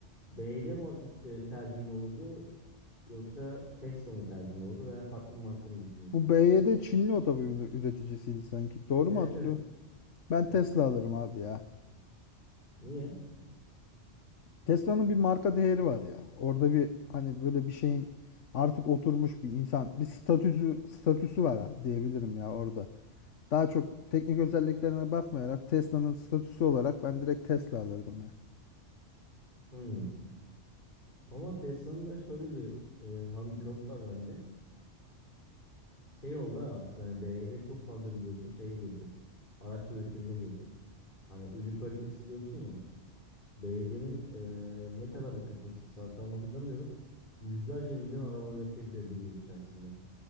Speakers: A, on the left; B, on the left.
A: BYD mi e, tercihin olurdu yoksa Tesla mı tercihin olurdu veya farklı bir marka mı düşünürdün?
B: bu BYD Çinli otomobil üreticisiydi sanki. Doğru
A: Evet
B: mu hatırlıyorum?
A: evet.
B: Ben
A: Evet.
B: Tesla alırım abi ya.
A: Niye?
B: Tesla'nın bir marka değeri var ya. Orada bir hani böyle bir şeyin artık oturmuş bir insan bir statüsü statüsü var ha, diyebilirim ya orada. Daha çok teknik özelliklerine bakmayarak Tesla'nın statüsü olarak ben direkt Tesla alırdım ya.
A: Hmm. Ama Tesla'nın da şöyle bir e, handikap var bence. Şey oldu artık hani BYD çok fazla biliyorsun şeye girdi. Araç üretimine girdi. Hani ürün kalitesi diyorsun ya. Belediyenin e, ne kadarlık kapasitesi var tam hatırlamıyorum. Yüzlerce milyon araba üretebiliyor bir yıl içerisinde.